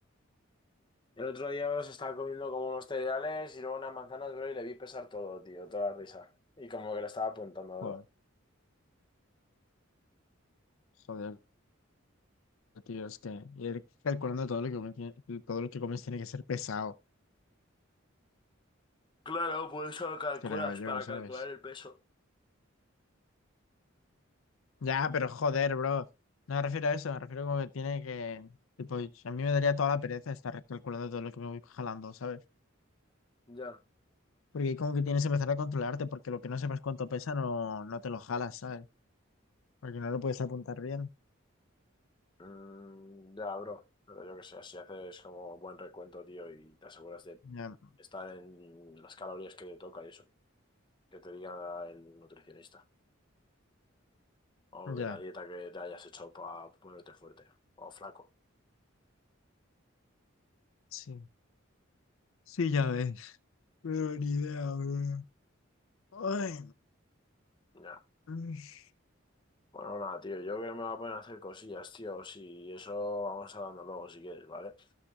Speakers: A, on the left (about 25°); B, on the left (about 80°).
A: El otro día bro, se estaba comiendo como unos cereales y luego unas manzanas, bro, y le vi pesar todo, tío. Toda la risa. Y como que le estaba apuntando,
B: joder.
A: bro.
B: Joder, tío, es que ir calculando todo lo que comes, todo lo que comes tiene que ser pesado,
A: Claro, por eso lo calculas,
B: creo yo,
A: para
B: ¿sabes?
A: calcular el peso.
B: Ya, pero joder, bro. No me refiero a eso, me refiero como que tiene que. Tipo, a mí me daría toda la pereza estar recalculando todo lo que me voy jalando, ¿sabes?
A: Ya.
B: Porque como que tienes que empezar a controlarte, porque lo que no sepas cuánto pesa no, no te lo jalas, ¿sabes? Porque no lo puedes apuntar bien.
A: Mm, ya, bro. Pero yo que sé, si haces como buen recuento, tío, y te aseguras de
B: Ya,
A: estar en las calorías que te toca y eso, que te diga el nutricionista. O
B: ya.
A: de la dieta que te hayas hecho para ponerte fuerte o flaco.
B: Sí. Sí, ya ves. Pero ni idea, bro. Ay.
A: Puh, Ya.
B: mm.
A: Bueno, nada, tío. Yo creo que me voy a poner a hacer cosillas, tío. Si eso vamos hablando luego, si quieres, ¿vale?